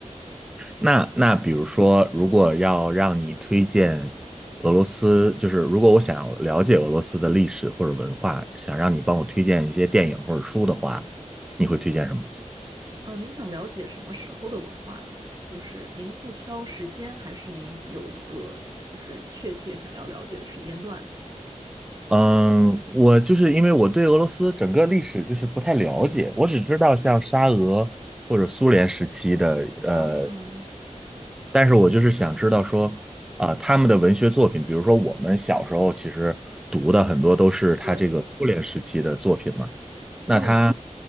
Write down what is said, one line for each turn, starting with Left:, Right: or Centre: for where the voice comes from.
Centre: 那那比如说，如果要让你推荐俄罗斯，就是如果我想要了解俄罗斯的历史或者文化，想让你帮我推荐一些电影或者书的话，你会推荐什么？
Right: 嗯，您想了解什么时候的文化呢？就是您不挑时间，还是您有一个就是确切想要了解的时间段呢？
Centre: 嗯，我就是因为我对俄罗斯整个历史就是不太了解，我只知道像沙俄或者苏联时期的呃
Right: 啊，
Centre: 但是我就是想知道说，啊、他们的文学作品，比如说我们小时候其实读的很多都是他这个苏联时期的作品嘛，
Right: 对，苏联是，
Centre: 那他